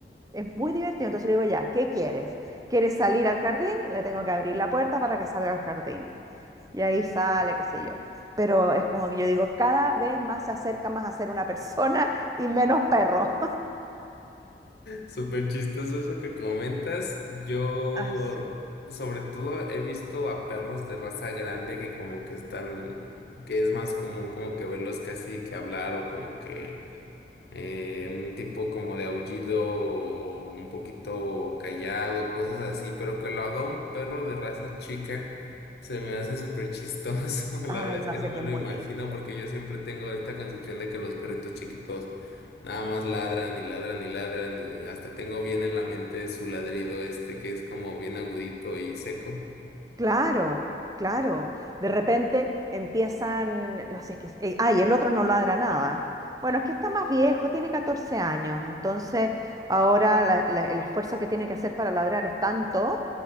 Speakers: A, on the right; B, on the left.
A: Es muy divertido. Entonces le digo, ya, ¿qué quieres? ¿Quieres salir al jardín? Le tengo que abrir la puerta para que salga al jardín. Y ahí sale, qué sé yo. Pero es como que yo digo, cada vez más se acerca más a ser una <laughs> persona y menos perro.
B: Súper chistoso eso que comentas. Yo,
A: <laughs> Ay, sí.
B: sobre todo, he visto a perros de raza grande que como que están, que es más común como que verlos casi que hablar o como que eh, un tipo como de aullido un poquito callado, cosas así, pero que lo haga un perro de raza chica, se me hace súper chistoso. <laughs> La
A: Ay,
B: verdad es
A: no
B: que
A: sé,
B: no
A: que
B: me
A: es
B: lo
A: muy
B: imagino
A: divertido.
B: porque yo siempre tengo esta concepción de que los perritos chiquitos nada más ladran y ladran y ladran y hasta tengo bien en la mente su ladrido este que es como bien agudito y seco.
A: Claro, claro. De repente empiezan, no sé, es que, eh, ay, el otro no ladra nada. Bueno, es que está más viejo, tiene 14 años, entonces ahora la- la- el esfuerzo que tiene que hacer para ladrar es tanto